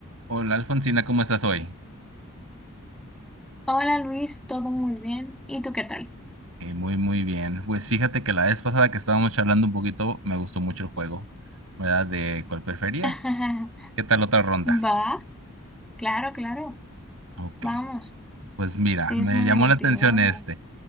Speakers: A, on the right; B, in the centre.
A: Hola Alfonsina, ¿cómo estás hoy?
B: Hola Luis, todo muy bien. ¿Y tú qué tal?
A: Eh, muy, muy bien. Pues fíjate que la vez pasada que estábamos charlando un poquito, me gustó mucho el juego, ¿verdad? De cuál preferías.
B: <laughs>
A: ¿Qué tal otra ronda?
B: Va, claro, claro.
A: Ok.
B: Vamos.
A: Pues mira,
B: Sí,
A: me
B: es muy
A: llamó
B: divertido,
A: la atención
B: ¿verdad?
A: este.